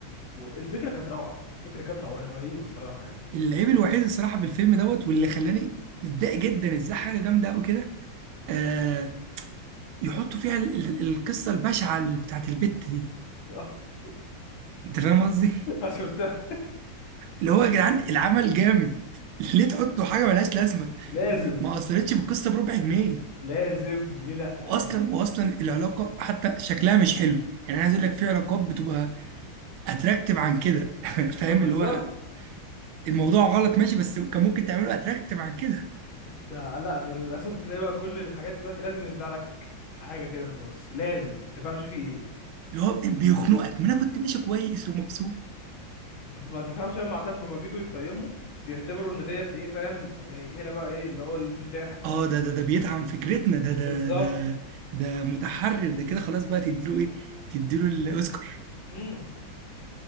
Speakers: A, on the left (about 85°); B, on the right (about 90°).
A: الفكره كانت روعه الفكره كانت روعه رهيبه صراحه يعني
B: العيب الوحيد الصراحه في الفيلم دوت واللي خلاني متضايق جدا ازاي حاجه جامده قوي كده آه يحطوا فيها ال- ال- القصه البشعه ال- بتاعت البت دي
A: <laughs>
B: انت فاهم قصدي
A: شفتها
B: اللي هو يا جدعان العمل جامد ليه تحطوا حاجه ملهاش لازمه
A: لازم
B: م- ما اثرتش في القصه بربع جنيه
A: لازم ليه لا
B: واصلا
A: يعني
B: واصلا العلاقه حتى شكلها مش حلو يعني انا عايز اقول لك في علاقات بتبقى اتراكتيف عن كده <laughs> فاهم
A: ما بالظبط
B: اللي هو الموضوع غلط ماشي بس كان ممكن تعمله اتراكتيف عن كده
A: ده لا ده للاسف تلاقي بقى كل الحاجات دلوقتي لازم يرزع لك حاجه كده في النص لازم تفهمش فيه ايه
B: اللي هو بيخنقك ما انا كنت ماشي كويس ومبسوط
A: تف- ما تفهمش هم عشان لما بييجوا يقيموا بيعتبروا ان ديت ايه فاهم إيه هنا بقى ايه اللي هو الانفتاح
B: اه ده ده ده بيدعم فكرتنا ده ده
A: بالظبط
B: ده ده متحرر ده كده خلاص بقى تديله ايه تديله الاوسكار
A: امم